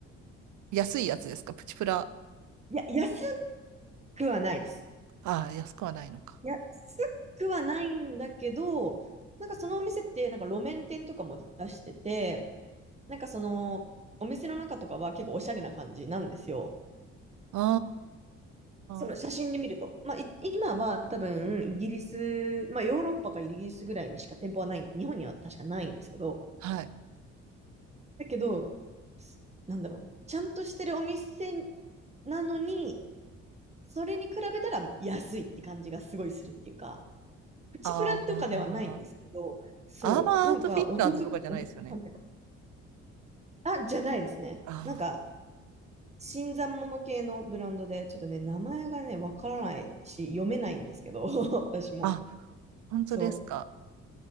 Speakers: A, on the right (about 65°); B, on the right (about 20°).
A: 安いやつですかプチプラ。
B: や、安くはないです。
A: ああ、安くはないのか。
B: 安くはないんだけど、なんかそのお店って、なんか路面店とかも出してて、なんかその、お店の中とかは結構おしゃれな感じなんですよ。
A: あ
B: その写真で見ると。
A: あ、
B: まあ、い今は多分、イギリス、まあ、ヨーロッパかイギリスぐらいにしか店舗はない、日本には確かないんですけど、
A: はい。
B: だけど、すなんだろう、ちゃんとしてるお店なのに、それに比べたら安いって感じがすごいするっていうか、プチプラとかではないんですけど、
A: ああ。
B: そう、
A: アーバンアウトフィッターズとかじゃないですよね。
B: なんかお得、おなんていうかあ、じゃないですね。
A: あ
B: なんか、新参者系のブランドで、ちょっとね、名前がね、わからないし、読めないんですけど、<laughs> 私も。
A: あ、あ、本当ですか。
B: そ